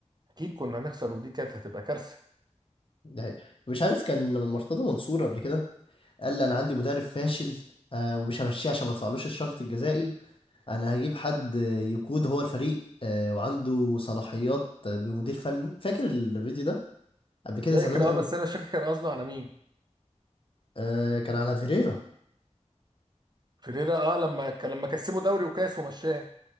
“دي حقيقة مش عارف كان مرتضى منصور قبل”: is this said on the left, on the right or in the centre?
Left